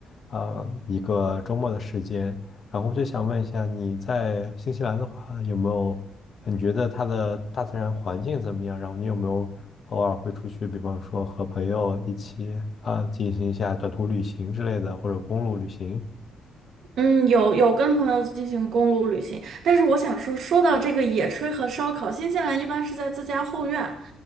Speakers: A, on the left (about 50°); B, on the right (about 70°).
A: 啊、一个周末的时间。然后我就想问一下，你在新西兰的话，有没有呃你觉得它的大自然环境怎么样？然后你有没有偶尔会出去，比方说和朋友一起啊、进行一下短途旅行之类的，或者公路旅行？
B: 嗯，有有跟朋友进行公路旅行。但是我想说，说到这个野炊和烧烤，新西兰一般是在自家后院，